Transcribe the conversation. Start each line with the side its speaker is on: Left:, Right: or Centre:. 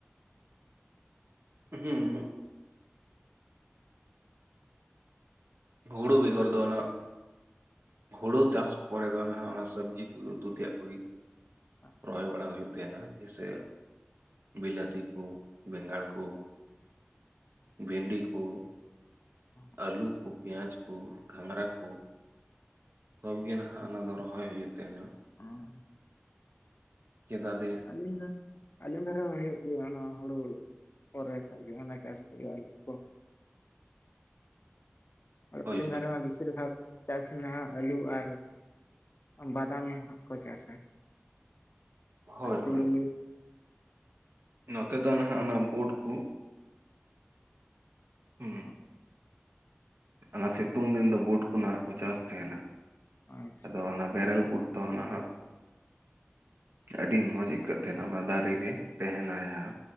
Right: ᱦᱩᱸ ᱦᱩᱲᱩ ᱵᱮᱜᱚᱨ ᱫᱚ ᱩᱱᱟᱹᱜ ᱦᱩᱲᱩ ᱪᱟᱥ ᱯᱚᱨᱮ ᱫᱚ ᱟᱜ ᱚᱱᱟ ᱥᱚᱵᱽᱡᱤ ᱠᱚᱜᱮ ᱩᱛᱩ ᱛᱮᱭᱟᱜ ᱠᱚᱜᱮ ᱾
Left: ᱟᱪᱪᱷᱟ
Right: ᱨᱚᱦᱚᱭ ᱵᱟᱲᱟ ᱦᱩᱭᱩᱜ ᱛᱟᱦᱮᱱᱟ ᱡᱮᱭᱥᱮ ᱾ ᱵᱤᱞᱟᱹᱛᱤ ᱠᱚ, ᱵᱮᱸᱜᱟᱲ ᱠᱚ, ᱵᱷᱮᱱᱰᱤ ᱠᱚ,
Left: ᱟᱪᱪᱷᱟ,
Right: ᱟᱹᱞᱩ ᱠᱚ, ᱯᱮᱸᱭᱟᱡᱽ ᱠᱚ, ᱜᱷᱟᱸᱝᱽᱨᱟ ᱠᱚ, ᱡᱷᱚᱛᱜᱮ ᱱᱟᱦᱟᱜ ᱚᱱᱟ ᱫᱚ ᱨᱚᱦᱚᱭ ᱦᱩᱭᱩᱜ ᱛᱟᱦᱮᱱᱟ ᱾
Left: ᱦᱚᱸ
Right: ᱪᱮᱫᱟᱛᱮ?
Left: ᱟᱹᱞᱤᱧ ᱫᱚ ᱟᱹᱞᱤᱧ ᱫᱷᱟᱨᱮ ᱦᱩᱭᱩᱜ ᱜᱮᱭᱟ ᱚᱱᱟ ᱦᱩᱲᱩ ᱯᱚᱨᱮ ᱠᱷᱟᱡ ᱜᱮ ᱦᱟᱱᱟ ᱪᱟᱥ ᱠᱚᱜᱮ ᱟᱹᱞᱩ ᱠᱚ ᱟᱹᱞᱤᱧ
Right: ᱦᱳᱭ ᱦᱳᱭ
Left: ᱫᱷᱟᱨᱮ ᱢᱟ ᱵᱤᱥᱤᱨ ᱵᱷᱟᱜ ᱪᱟᱥ ᱢᱮᱱᱟᱜᱼᱟ ᱟᱹᱞᱩ ᱟᱨ ᱵᱟᱫᱟᱢ ᱦᱟᱸᱜ ᱠᱚ ᱪᱟᱥ ᱟ ᱾
Right: ᱦᱳᱭ
Left: ᱛᱩᱲᱤ
Right: ᱦᱳᱭ ᱱᱚᱛᱮ
Left: ᱥᱚᱨᱥᱟ
Right: ᱫᱚ ᱱᱟᱦᱟᱜ
Left: ᱮᱢᱟᱱ
Right: ᱚᱱᱟ ᱵᱩᱴ ᱠᱚ
Left: <inaudible>
Right: ᱦᱩᱸ
Left: ᱚ
Right: ᱚᱱᱟ ᱥᱤᱛᱩᱝ ᱫᱤᱱ ᱫᱚ ᱵᱩᱴ ᱠᱚ ᱱᱟᱦᱟᱜ ᱠᱚ ᱪᱟᱥ ᱛᱟᱸᱦᱮᱱᱟ
Left: ᱟᱪᱪᱷᱟ
Right: ᱟᱫᱚ ᱚᱱᱟ ᱵᱮᱨᱮᱞ ᱵᱩᱴ ᱫᱚ ᱱᱟᱦᱟᱜ ᱟᱹᱰᱤ ᱢᱚᱸᱡᱽ ᱟᱹᱭᱠᱟᱹᱜ ᱛᱟᱸᱦᱮᱱᱟ ᱚᱱᱟ ᱫᱟᱨᱮ ᱨᱮ ᱛᱟᱸᱦᱮᱱᱟ ᱡᱟᱦᱟᱸ